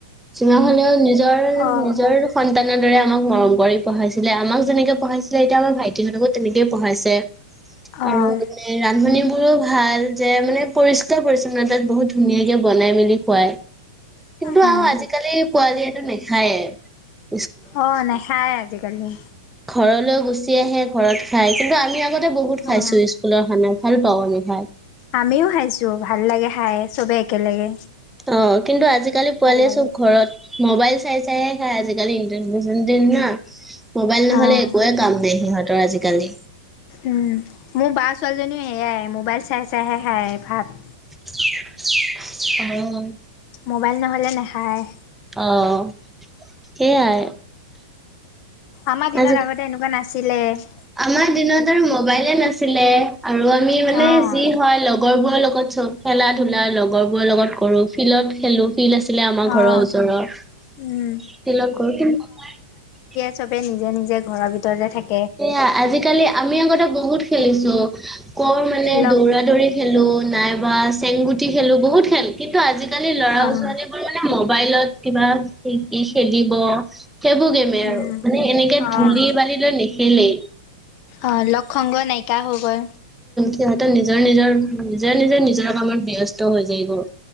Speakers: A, in the centre; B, on the left.
A: চিনা হলেও নিজৰ নিজৰ
B: অ',
A: নিজৰ সন্তান যেনেদৰে আমাক মৰম কৰি পঢ়াইছিলে, আমাক যেনেকে পঢ়াইছিলে এতিয়া আমাৰ ভাইটিহতঁকো তেনেকেই পঢ়াইছে।
B: অ',
A: আৰু মানে ৰান্ধনিৰ ভাল যে মানে পৰিষ্কাৰ, পৰিচ্ছন্নতাত বহুত ধুনীয়াকে বনাই মেলি খুৱায় কিন্তু
B: অ'।
A: আৰু আজিকালি পোৱালিয়েটো নাখায়েই।
B: অ' নেখায় আজিকালি
A: ঘৰলৈ গুচি আহে ঘৰত খাই কিন্তু আমি আগতে বহুত খাইছো
B: অ'।
A: স্কুলৰ খানা ভাল পাওঁ আমি খাই।
B: আমিও খাইছোঁ, ভাল লাগে খাই, চবে একেলগে।
A: অ' কিন্তু আজিকালি পোৱালি
B: ভাল লাগে,
A: চব ঘৰত ম'বাইল চাই চাইহে খাই আজিকালি ইণ্টাৰনেৰ দিন না মোবাইল নহ'লে
B: অ'।
A: একোৱে কাম নাই সিহঁত। আজিকালি
B: উম' মোৰ বা ছোৱালীজনীও সেয়াই মোবাইল চাই চাইহে খায় ভাত
A: অ
B: ম'বাইল নহ'লে নাখায়
A: আহ সেইয়াই
B: আমাৰ দিনৰ
A: আজি
B: আগতে এনেকুৱা নাছিল আছিলে
A: আমাৰ দিনত আৰু মবাইলে নাছিলে আৰু আমি মানে
B: অ',
A: যি হয় লগ লগৰবোৰৰ লগত চব খেলা ধূলা লগৰবোৰৰ লগত কৰোঁ ফিল্ডত খেলোঁ তিল আছিলে আমাৰ
B: অ',
A: ঘৰৰ ওচৰৰ
B: উম।
A: তিলত গ কি
B: সবে নিজে নিজে ঘৰৰ ভিতৰতে থাকে
A: সেয়া আজিকালি আমি আগতে বহুত খেলিছো কৰ মানে
B: লগ
A: দৌৰা দৌৰি খেলো নাই বা চেংগুটি খেলো বহুত খেল কিন্তু আজিালি আজালি লৰা
B: অ',
A: ছোৱালীবোৰ মানে ম মোবাইলত কিবা খেেলিব সেইবোৰ গেমে
B: উম,
A: আৰু মানে এনেকে
B: অ'।
A: ধূলি বাঢ়ি লৈ নি কেলে
B: অ লক্ষংগ নায়িকা হৈ গল
A: সিহঁতৰ নিজৰ নিজৰ নিজেৰ নিজে নিজৰ কামত ব্যস্ত হৈ যায় গল